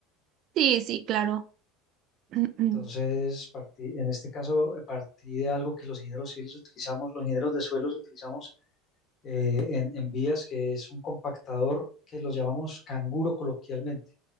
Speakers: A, on the right (about 50°); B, on the left (about 35°).
A: Sí, sí, claro. <clears throat>
B: Entonces, partí, en este caso, eh, partí de algo que los ingenieros civiles utilizamos, los ingenieros de suelos utilizamos eh, en, en vías, que es un compactador que lo llamamos canguro coloquialmente.